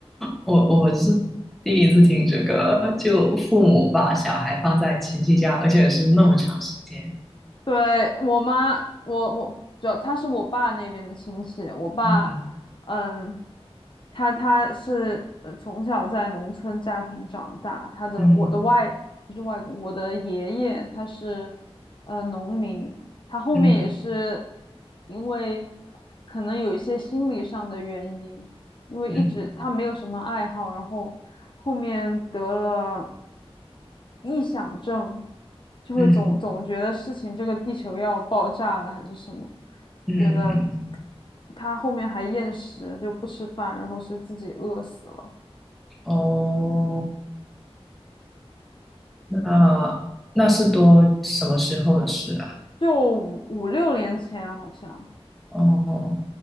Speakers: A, in the centre; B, on the left.
A: 我我是第一次听这个，就父母把小孩放在亲戚家，而且是那么长时间。
B: 对，我妈，我我主要她是我爸那边的亲戚，我爸，
A: 嗯
B: 嗯，他他是呃从小在农村家庭长大，他的我的外不是外公，
A: 嗯
B: 我的爷爷他是呃农民，他后面也是
A: 嗯
B: 因为可能有一些心理上的原因，因为一直他没有什么爱好，
A: 嗯
B: 然后后面得了臆想症，就会总总觉得事情这个地球要爆炸了还是什么。
A: 嗯
B: 就觉得
A: 嗯嗯。
B: 他后面还厌食，就不吃饭，然后是自己饿死了，
A: 哦，那那是多什么时候的事啊？
B: 就五五六年前好像。
A: 哦